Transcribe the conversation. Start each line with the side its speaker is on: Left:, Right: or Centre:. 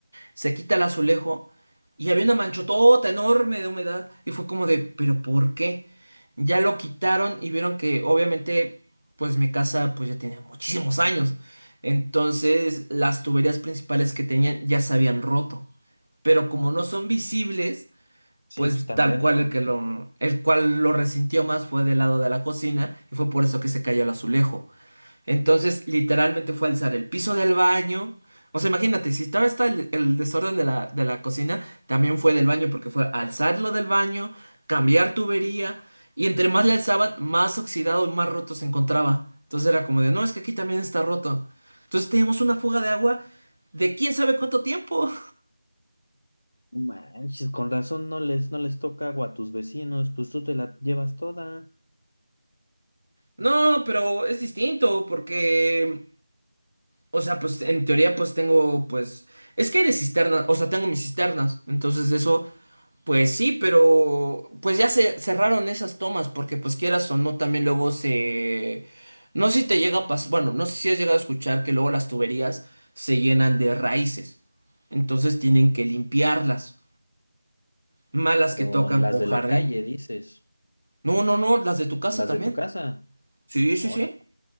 Right: se quita el azulejo y había una manchotota enorme de humedad y fue como de, ¿pero por qué? Ya lo quitaron y vieron que obviamente, pues mi casa pues ya tenía muchísimos años. Entonces, las tuberías principales que tenían ya se habían roto pero como no son visibles,
Left: Sí,
Right: pues
Left: pues están
Right: tal
Left: dentro.
Right: cual el que lo, el cual lo resintió más fue del lado de la cocina y fue por eso que se cayó el azulejo. Entonces, literalmente fue alzar el piso del baño. O sea, imagínate, si estaba está el, el desorden de la, de la cocina, también fue del baño, porque fue alzarlo del baño, cambiar tubería, y entre más le alzaban, más oxidado y más roto se encontraba. Entonces era como de, no, es que aquí también está roto. Entonces teníamos una fuga de agua de quién sabe cuánto tiempo.
Left: Manches, con razón no les, no les toca agua a tus vecinos, pues tú te la llevas toda.
Right: No, pero es distinto porque, o sea, pues en teoría pues tengo, pues, es que hay de cisternas, o sea, tengo mis cisternas, entonces eso, pues sí, pero pues ya se cerraron esas tomas porque pues quieras o no, también luego se... No sé si te llega a pasar, bueno, no sé si has llegado a escuchar que luego las tuberías se llenan de raíces, entonces tienen que limpiarlas, malas
Left: Pero
Right: que tocan
Left: las
Right: con
Left: de
Right: jardín.
Left: la calle, dices,
Right: No, no, no, las de tu casa
Left: las
Right: también.
Left: de tu casa.
Right: Sí, sí,
Left: Ahora,
Right: sí.